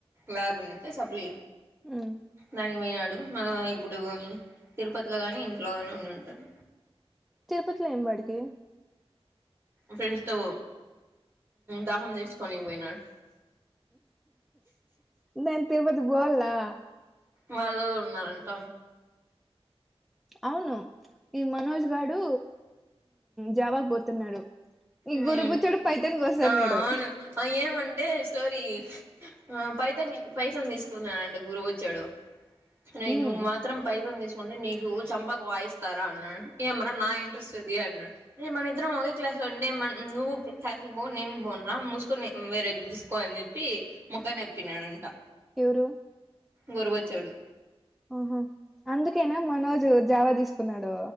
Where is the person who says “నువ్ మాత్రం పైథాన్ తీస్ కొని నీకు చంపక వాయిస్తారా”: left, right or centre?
Right